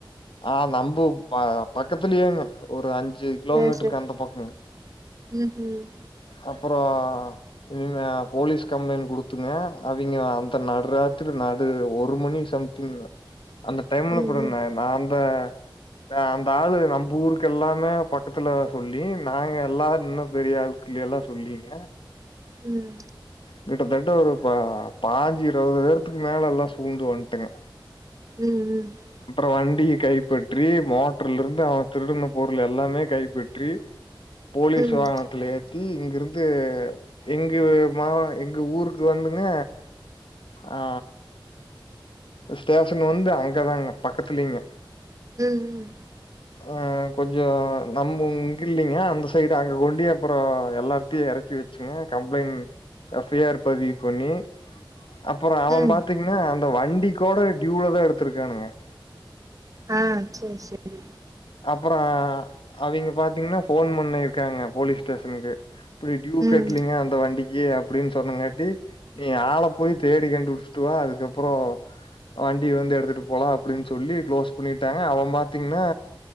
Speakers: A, on the left; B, on the right.
A: ஆ நம்பு அ பக்கத்துலயேங்க ஒரு அஞ்சு ஞ்சு கிலோமீட்டருக்கு
B: சேரி சேரி
A: அந்த பக்கோங்க
B: ம்ஹும்
A: அப்றோ இவுங்க போலீஸ் கம்ப்ளைண்ட் குடுத்துங்க அவிங்க அந்த நடுராத்திரி நடு ஒரு மணி சம்திங் அந்த டைம்ல
B: ம்
A: கூட நான்த தா அந்த ஆளு நம்பு ஊருக்கு எல்லாமே பக்கத்துல சொல்லி நாங்க எல் இன்னு பெரிய ஆளுக் விட்ல எல்லா சொல்லீங்க
B: ம்
A: கிட்டத்தட்ட ஒரு பா பாஞ்சி இருவது பேர்த்துக்கு மேல எல்லா சூழ்ந்து வந்துட்டுங்க
B: ம் ம் ம்
A: அப்றோ வண்டி கைப்பற்றி மோட்டர்ல இருந்து அவன் திருடுன பொருள் எல்லாமே கைப்பற்றி போலீஸ்
B: ம்
A: வாகனத்துலயே டி இங்கிருந்து எங்க மா எங்க ஊருக்கு வந்துங்க ஆ ஸ்டேஷன் வந்து அங்கதாங்க பக்கத்துலீங்க
B: ம் ம்
A: ஆ கொஞ்சோ நம் இங்க இல்லைங்க அந்த சைடு அங்க கொண்டி அப்றோ எல்லாருட்டியு எறக்கி வெச்சுங்க கம்ப்ளைண்ட் எஃ ஐ ஆர் பதிவு பண்ணி அப்றோ அவன்
B: ம்
A: பாத்தீங்கன்னா அந்த வண்டி கூட டியூலதா எடுத்திருக்கானுங்க
B: ஆ சேரி சேரி
A: அப்றோ அவிங்க பாத்தீங்கன்னா போன் பண்ணி இருக்காங்க போலீஸ் ஸ்டேஷனுக்கு இப்டி டியூ
B: ம்
A: கட்லீங்க அந்த வண்டிக் கி அப்டின்னு சொன்னங்காட்டி நீ ஆள போய் தேடி கண்டு புடிச்சுட்டு வா அதுக்கப்பறோ வண்டி வந்து எடுத்துட்டு போலா அப்டின்னு சொல்லி குளோஸ் பண்ணிட்டாங்க அவன் பாத்தீங்கன்னா